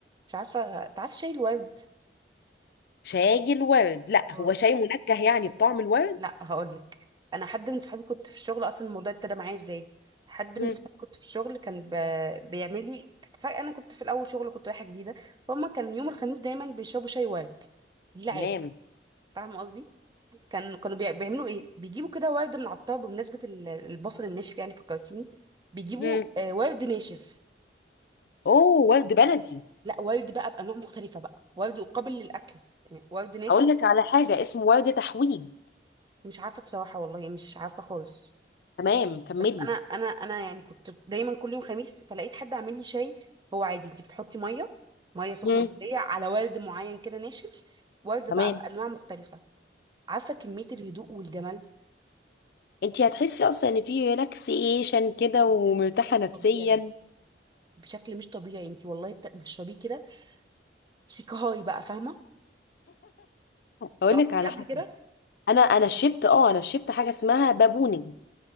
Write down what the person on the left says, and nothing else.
شاي الورد لا
هو شاي منكه يعني بطعم الورد
امم
تمام
امم
اوه ورد بلدي
اقول لك على حاجه اسمه ورد تحويل
تمام كملي
امم
تمام
انتي هتحسي اصلا ان في ريلاكسيشن كده
ومرتاحه
نفسيا
اقول
لك
على
حاجه
انا انا شربت اه انا شربت حاجه اسمها بابونج